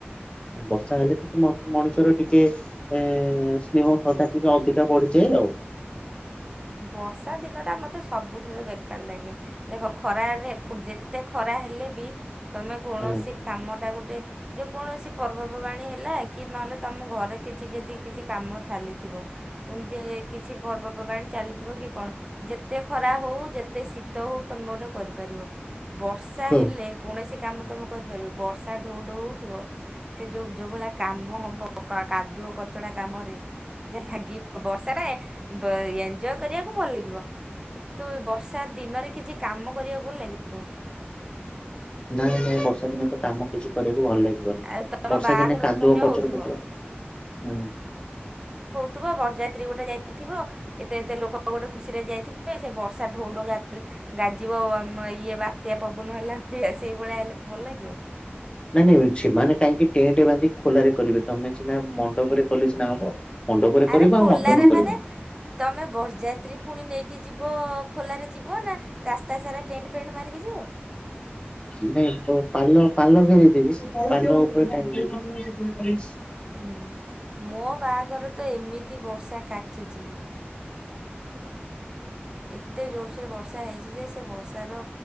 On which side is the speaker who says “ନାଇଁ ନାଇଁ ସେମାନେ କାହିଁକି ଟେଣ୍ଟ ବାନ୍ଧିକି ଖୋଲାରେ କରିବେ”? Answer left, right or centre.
Left